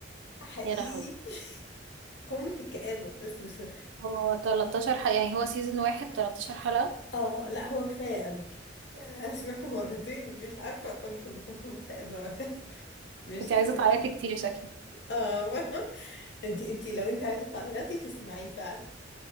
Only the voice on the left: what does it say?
حقيقي
<laughs> قمة الكآبة بس بس
اه لا هو كفاية قوي كده يعني انا سمعته مرتين مش عارفة كنت كنت مكتئبة وقتها <laughs> ماشي
ف...
اه <laughs> انتي انتي لو انتي عايزة تعيطي تسمعيه فعلا